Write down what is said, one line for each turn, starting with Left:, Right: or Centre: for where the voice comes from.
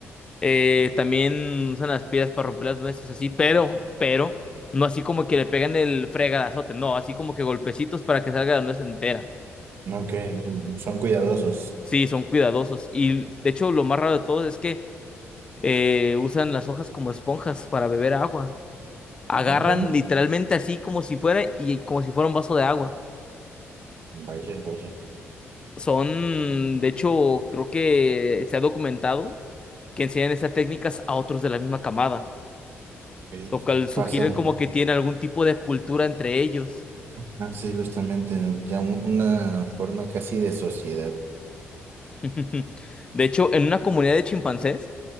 Left: eh, también usan las piedras para romper las nueces, así, pero, pero, no así como que le pegan el fregadazote, no, así como que golpecitos para que salga la nuez entera.
Right: Ok, son cuidadosos.
Left: Sí, son cuidadosos. Y de hecho, lo más raro de todo es que eh, usan las hojas como esponjas para beber agua. Agarran
Right: Órale.
Left: literalmente así como si fuera y como si fuera un vaso de agua.
Right: Vaya, vaya.
Left: Son, de hecho, creo que se ha documentado que enseñan estas técnicas a otros de la misma camada,
Right: ok.
Left: lo cual sugiere
Right: Pasan
Left: como que tiene algún tipo de cultura entre ellos.
Right: así justamente ¿no? ya un- una forma casi de sociedad.
Left: <laughs> De hecho, en una comunidad de chimpancés,